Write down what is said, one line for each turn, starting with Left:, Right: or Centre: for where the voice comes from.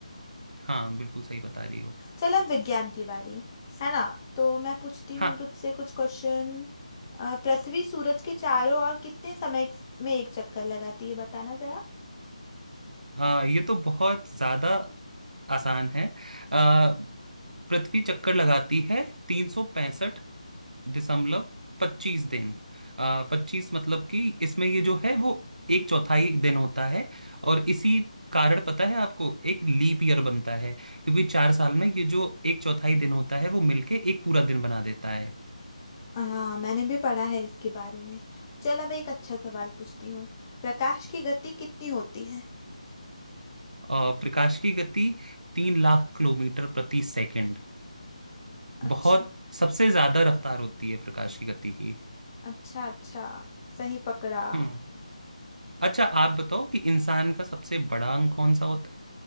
Right: हाँ बिल्कुल सही बता रही हो
Left: चल अब विज्ञान की बारी है ना तो मैं पूछती
Right: हाँ
Left: हूँ तुझसे कुछ क्वेश्चन पृथ्वी सूरज के चारों ओर कितने समय में एक चक्कर लगाती है बताना जरा
Right: आ, ये तो बहुत ज्यादा आसान है आ, पृथ्वी चक्कर लगाती है तीन सौ पैंसठ दशमलव पच्चीस दिन आ, पच्चीस मतलब कि इसमें ये जो है वो एक चौथाई दिन होता है और इसी कारण पता है आपको एक लीप ईयर बनता है क्योंकि चार साल में ये जो एक चौथाई दिन होता है वो मिलके एक पूरा दिन बना देता है
Left: हाँ मैंने भी पढ़ा है इसके बारे में चल अब एक अच्छा सवाल पूछती हूँ प्रकाश की गति कितनी होती है
Right: अ, प्रकाश की गति तीन लाख किलोमीटर प्रति सेकंड
Left: अच्छा
Right: बहुत सबसे ज्यादा रफ्तार होती है प्रकाश की गति की
Left: अच्छा अच्छा सही पकड़ा
Right: हम्म अच्छा आप बताओ कि इंसान का सबसे बड़ा अंग कौन सा होता है